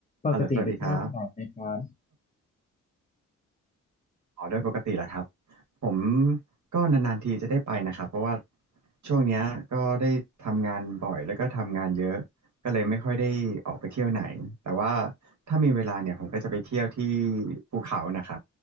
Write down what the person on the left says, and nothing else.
ปกติไปเที่ยวที่ไหนไหมครับ